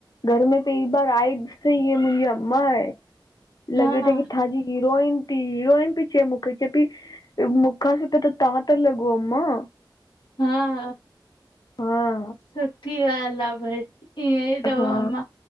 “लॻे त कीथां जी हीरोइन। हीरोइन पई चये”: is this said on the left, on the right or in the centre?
Left